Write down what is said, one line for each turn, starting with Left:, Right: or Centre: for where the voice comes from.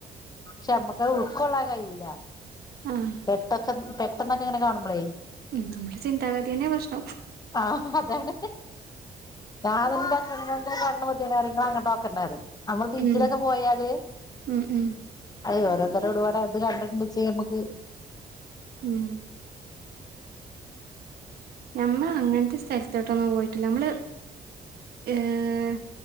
Left: ചമ്മക്ക ഉൾക്കൊള്ളാ കഴൂത
Right: ആഹ്
Left: പെട്ട പെട്ടന്നൊക്കെ ഇങ്ങനെ കാണുമ്പളേ
Right: ഉം നമ്മുടെ ചിന്താഗതി തന്നെ പ്രശ്നം
Left: ആഹ് അതാണ് <unintelligible> കണ്ണ് പൊതീനാ പറയും നിങ്ങൾ അങ്ങോട്ട് നോക്കണ്ട പറയും അമ്മൾ ബീച്ചിലൊക്കെ
Right: ഉം
Left: പോയാല്
Right: ഉം ഉം
Left: അയ് ഓരോര്ത്തര് <unintelligible> കണ്ടിണ്ട്ച്ച നമക്ക്
Right: ഉം നമ്മ അങ്ങനത്തെ സ്ഥലത്തോട്ടൊന്നും പോയിട്ടില്ല നമ്മള് ഏഹ്